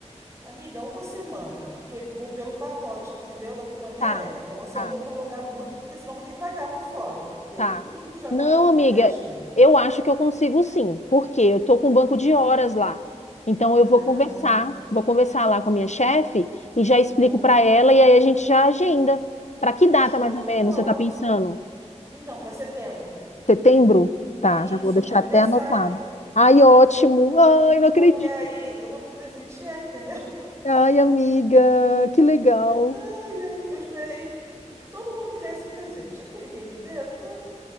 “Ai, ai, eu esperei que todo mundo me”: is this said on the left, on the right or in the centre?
Right